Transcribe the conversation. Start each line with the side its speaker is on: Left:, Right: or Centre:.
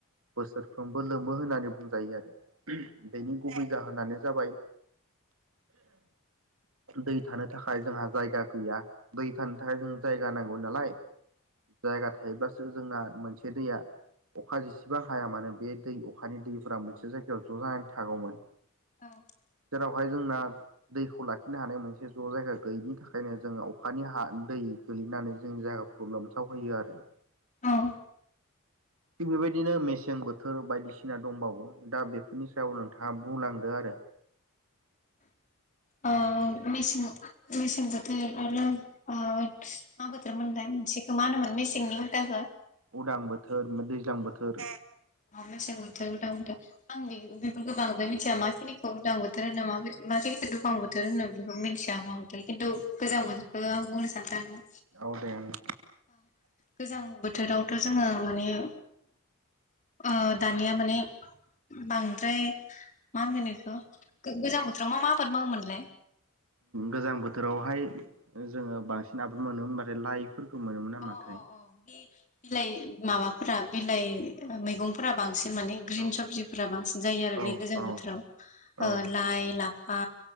Right: बोसोरफ्रोमबो लोमो होननानै बुंजायो आरो बेनि गुबै जाहोनानो जाबाय दै थानो थाखाय जोंहा जायगा गैया दै थानो थाखाय जों जायगा नांगौ नालाय जायगा थायोब्ला जोंना मोनसे दैया अखा जिसेबां हाया मानो बे दै अखानि दै फोरा मोनसे जायगायाव ज जानानै थागौमोन
Left: औ
Right: जेरावहाय जोंना दैखौ लाखिनो हानाय मोनसे ज जायगा गैयिनि थाखायनो जोङो अखानि हा दै गोलैनानै जों जायगाफोरखौ लोमसावहयो आरो
Left: औ
Right: थिग बेबायदिनो मेसें बोथोर बायदिसिना दंबावो दा बेफोरनि सायाव नोंथाङा बुंलांदो आरो
Left: ओ मेसें मेसें बोथोर बा लो ओ मा बोथोरमोनलाय मोनसेखौ मा होनोमोन मेसेंनि उलथाखो
Right: उदां बोथोर दैज्लां बोथोर
Left: अ बेसें बोथोर उदां बोथोर आं बेफोर बांद्राय मिथिया माखिनिखौ उदां बोथोर बोथोर होनो मा खिनिखौ दुफां बोथोर होनो बेखौ मिथिया मा बोथोर खिन्थु गोजां बोथोरखो आं बुंनो सानदों आरो
Right: औदे ओं
Left: गोजां बोथोरावथ जोङो माने ओ दानिया माने बांद्राय मा होनगो बेखौ गोजां बोथोराव मा मा आबाद मावोमोनलाय
Right: गोजां बोथोरावहाय जोङो बांसिन आबाद मोनोम होनबाथाय लाइ फोरखौ मोनोमोन नामाथाय
Left: अ अ अ बे बिलाइ माबाफोरा बिलाइ मैगंफोरा बांसिन माने ग्रिन
Right: औ
Left: सबजिफोरा बांसिन जायो आरो
Right: औ
Left: बे गोजां
Right: औ
Left: बोथोराव ओ
Right: औ
Left: लाइ लाफा